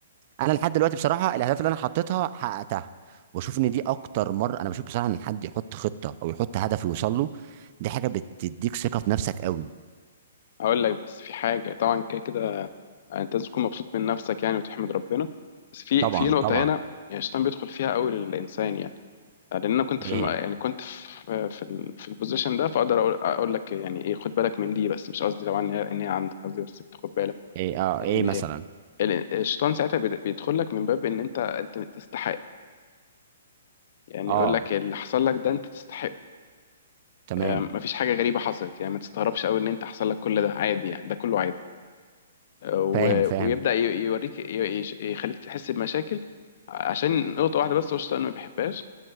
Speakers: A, on the right; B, on the left.
A: انا لحد دلوقتي بصراحه الاهداف اللي انا حطيتها حققتها واشوف ان دي اكتر مره انا بشوف بصراحه ان حد يحط خطه او يحط هدف يوصل له دي حاجه بتديك ثقه في نفسك قوي
B: هقول لك بس في حاجة طبعا كده كده انت لازم تكون مبسوط من نفسك يعني وتحمد ربنا بس في
A: طبعا
B: في نقطة
A: طبعا
B: هنا يعني الشيطان بيدخل فيها قوي للإنسان يعني لأن أنا كنت
A: ايه
B: في الم... يعني كنت في في, ال... في البوزيشن ده فأقدر أقول أقول لك يعني إيه خد بالك من دي بس مش قصدي طبعا إن هي إن هي عندك قصدي بس تاخد بالك
A: ايه اه ايه
B: إن
A: مثلا
B: ال- الشيطان ساعتها بيد- بيدخل لك من باب إن أنت أنت تستحق يعني
A: اه
B: يقول لك اللي حصل لك ده أنت تستحق
A: تمام
B: آه، مفيش حاجة غريبة حصلت يعني ما تستغربش قوي إن أنت حصل لك كل ده عادي يعني ده كله عادي و-
A: فاهم فاهم
B: ويبدأ ي- يوريك ي- يش- يخليك تحس بمشاكل عشان نقطة واحدة بس هو الشيطان ما بيحبهاش